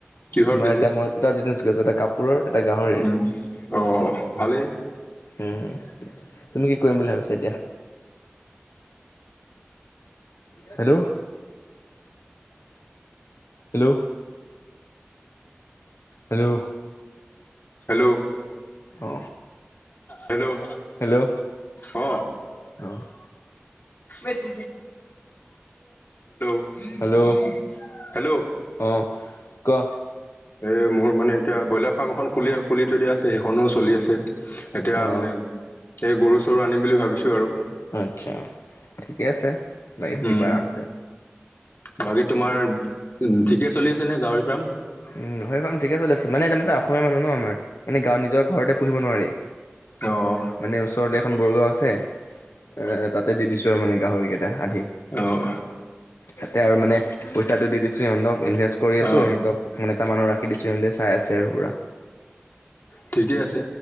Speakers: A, on the left; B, on the left.
A: কিহৰ
B: তোমাৰ
A: বিজনেচ
B: এতিয়া মই দুটা বিজনেচ কৰিছো, এটা কাপোৰৰ, এটা গাহৰিৰ।
A: উম অ ভালেই
B: উম', তুমি কি কৰিম বুলি ভাবিছা এতিয়া? Hello, hello. হেল্ল',
A: হেল্ল',
B: অ
A: হেল্ল, অ
B: হেল্ল'
A: হেল্ল,
B: অ
A: হেল্ল, '
B: হেল্ল'
A: হেল্ল',
B: অ, কোৱা?
A: এ মোৰ মানে এতিয়া, ব্ৰইলাৰ ফাৰ্ম এখন খুলি-খুলি থৈ দিয়া আছে, সেইখনোও চলি আছে। এতিয়া
B: অ
A: মানে, এই গৰু-চৰু আনিম বুলি ভাবিছো আৰু।
B: আতচ্ছা, ঠিকে আছে লাগি থাকিবা
A: উম
B: আৰামছে
A: বাকী তোমাৰ, ঠিকে চলি আছে নে গাহৰি ফাৰ্ম।
B: উম, সেইখন ঠিকে চলি আছে। মানে <unintelligible> অসমীয়া মানুহ ন আমাৰ, মানে গাঁৱত নিজৰ ঘৰতে পোহিব নোৱাৰি।
A: অঁ
B: মানে ওচৰতে এখন বড়ো গাওঁ আছে। এ তাত তাতে দি দিছো আৰু, মানে গাহৰিকেইটা আন্দি।
A: অঁ
B: তাতে আৰু মানে পইচাটো দি দিছো সিহঁতক ইনভেষ্ট কৰি আছো।
A: অঁ
B: সিহঁতক মানে এটা মানুহ ৰাখি দিছো সিহঁতে চাই আছে আৰু পোৰা।
A: ঠিকেই আছে।